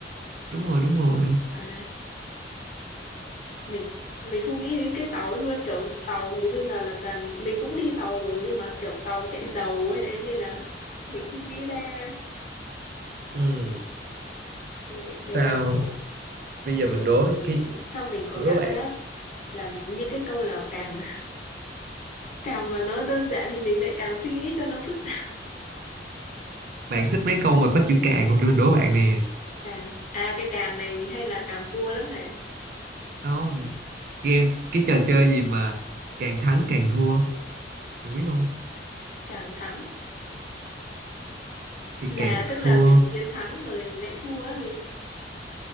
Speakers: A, on the right; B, on the left.
A: đúng rồi đúng rồi
B: à mình mình không nghĩ đến cái tàu ấy luôn kiểu tàu thì đến bây giờ là toàn mình cũng đi tàu rồi nhưng mà kiểu tàu chạy dầu ấy thế nên là mình không nghĩ ra
A: ừ.
B: nên để xem
A: Sao bây
B: chế
A: giờ mình
B: độ
A: đố cái
B: xong mình có
A: đố
B: cảm
A: bạn
B: giác là những cái câu nào càng <laughs> càng mà nó đơn giản thì mình lại càng suy nghĩ cho nó phức tạp
A: bạn thích mấy câu mà có chữ càng không để mình đố bạn nè
B: càng à cái càng này mình hay là càng cua lắm này
A: không game cái trò chơi gì mà càng thắng càng thua bạn biết không
B: càng thắng
A: thì
B: là
A: càng
B: tức
A: thua
B: là mình chiến thắng rồi mình lại thua á gì